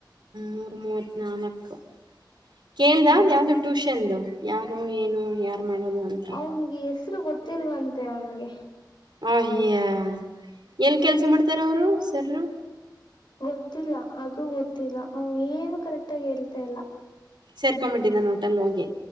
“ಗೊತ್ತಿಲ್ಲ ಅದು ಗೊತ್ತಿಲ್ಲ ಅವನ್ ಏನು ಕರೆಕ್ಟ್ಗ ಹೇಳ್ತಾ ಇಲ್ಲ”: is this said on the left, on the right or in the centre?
Left